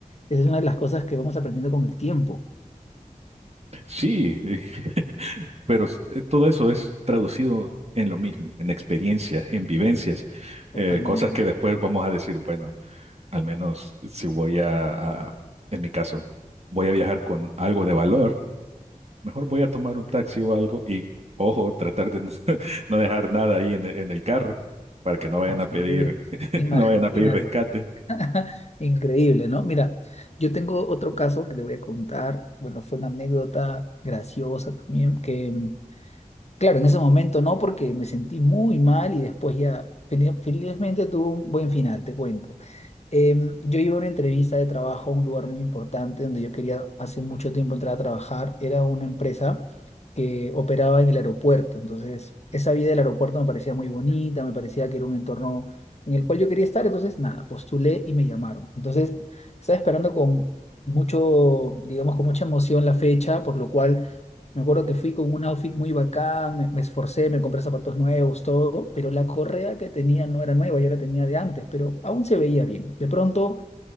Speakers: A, on the left; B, on the right.
A: esa es una de las cosas que vamos aprendiendo con el tiempo.
B: sí, <laughs> pero s- eh, todo eso es traducido en lo mismo, en experiencias, en vivencias,
A: Totalmente.
B: eh, cosas que después vamos a decir, bueno, al menos si voy a, a- en mi caso, voy a viajar con algo de valor, mejor voy a tomar un taxi o algo y, ojo, tratar de no, <laughs> no dejar nada ahí en, el- en el carro para que no vayan
A: Así
B: a pedir,
A: es.
B: <laughs>
A: Imagínate.
B: no vayan a pedir rescate.
A: <laughs> Increíble, ¿no? Mira, yo tengo otro caso que te voy a contar. Bueno, fue una anécdota graciosa también, que mm, claro, en ese momento no, porque me sentí muy mal y después ya fel- felizmente tuvo un buen final, te cuento. Em, yo iba a una entrevista de trabajo a un lugar muy importante donde yo quería hace mucho tiempo entrar a trabajar. Era una empresa que operaba en el aeropuerto. Entonces, esa vida del aeropuerto me parecía muy bonita, me parecía que era un entorno en el cual yo quería estar. Entonces, nada, postulé y me llamaron. Entonces, estaba esperando con mucho, digamos, con mucha emoción la fecha, por lo cual me acuerdo que fui con un outfit muy bacán, me, me esforcé, me compré zapatos nuevos, todo, pero la correa que tenía no era nueva, ya la tenía de antes, pero aún se veía bien. De pronto